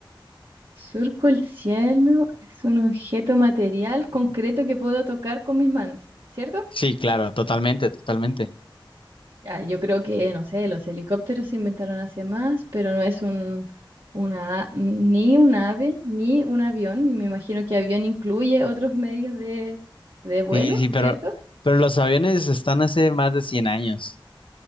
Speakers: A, on the right (about 70°); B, on the left (about 75°).
A: Surco el cielo, es un objeto material concreto que puedo tocar con mis manos, ¿cierto?
B: Sí, claro, totalmente, totalmente.
A: Ah, yo creo que, no sé, los helicópteros se inventaron hace más, pero no es un, una, ni un ave, ni un avión, y me imagino que avión incluye otros medios de, de vuelo,
B: Sí, sí,
A: ¿cierto?
B: pero, pero los aviones están hace más de 100 años